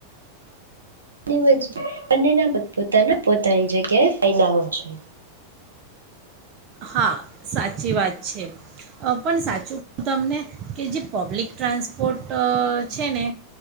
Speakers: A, on the right; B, on the right.
A: વચ્ચે એને એના પોતપોતાના પોતાની જગ્યાએ ફાયદાઓ છે.
B: હા સાચી વાત છે આ પણ સાચું કું તમને કે જે પબ્લિક ટ્રાન્સપોર્ટ છે ને